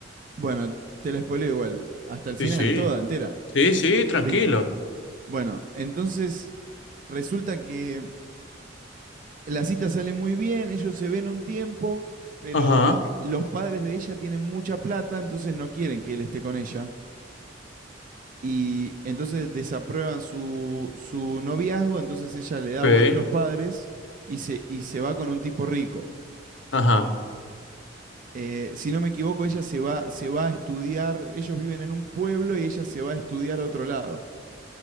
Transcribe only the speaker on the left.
Sí, sí,
sí, sí, tranquilo.
Ajá,
ok,
ajá.